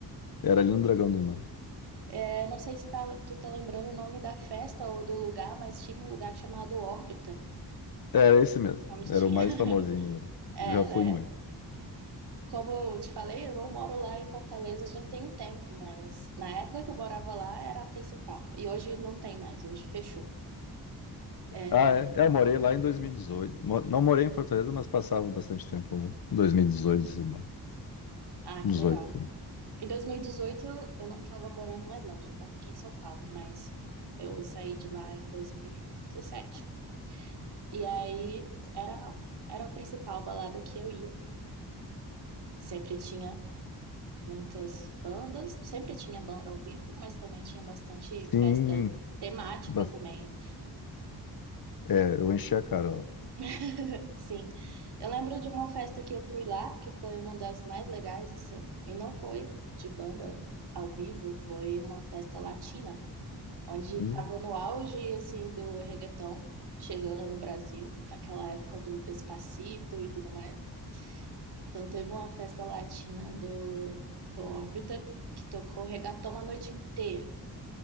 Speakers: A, on the left; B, on the right.
A: Era ali no Dragão do Mar.
B: É, não sei se tá, tu tá lembrando o nome da festa ou do lugar, mas tinha um lugar chamado Órbita,
A: Era esse mesmo.
B: onde
A: Era
B: tinha.
A: o mais
B: <laughs>
A: famosinho.
B: É,
A: Já
B: né?
A: fui muito.
B: Como eu te falei, eu não moro lá em Fortaleza já tem tempo, mas na época que eu morava lá era a principal. E hoje não tem mais, hoje fechou. É,
A: Ah, é.
B: já...
A: É, Eu morei lá em 2018. Mo- Não morei em Fortaleza, mas passava bastante tempo lá. 2018, 19,
B: Ah, que
A: 18.
B: legal.
A: né?
B: Em 2018 eu não estava morando mais lá, eu já estava aqui em São Paulo, mas eu saí de lá em 2017. E dezessete. E aí era, era a principal balada que eu ia. E sempre tinha muitas bandas, sempre tinha banda ao vivo, mas também tinha bastante
A: Sim.
B: festa temática
A: ba-
B: também
A: É, eu enchi a cara lá.
B: <laughs> Sim. Eu lembro de uma festa que eu fui lá, que foi uma das mais legais, assim, e não foi de banda ao vivo, foi uma festa latina, onde
A: Hum,
B: estava no auge, assim, do reggaeton, chegando no Brasil, naquela época do Despacito e tudo mais. Então teve uma festa latina do, do Orbiter, que tocou reggaeton a noite inteira.